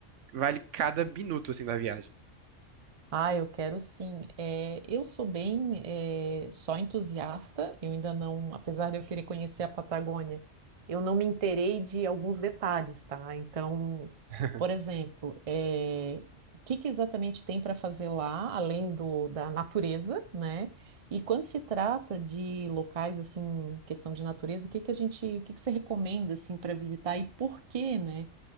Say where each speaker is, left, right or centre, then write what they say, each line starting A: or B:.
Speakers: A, on the right; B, on the right.
A: vale cada minuto, assim, da viagem.
B: Ah, eu quero sim. É, eu sou bem é, só entusiasta, eu ainda não, apesar de eu querer conhecer a Patagônia, eu não me inteirei de alguns detalhes, tá? Então,
A: <laughs>
B: por exemplo, é, o que que exatamente tem para fazer lá, além do, da natureza, né? E quando se trata de locais, assim, questão de natureza, o que que a gente, o que que você recomenda, assim, para visitar e por quê, né?